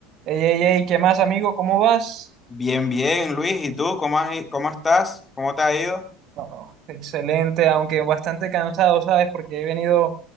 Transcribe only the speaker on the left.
Bien, bien, Luis. ¿Y tú cómo has i- cómo estás? ¿Cómo te ha ido?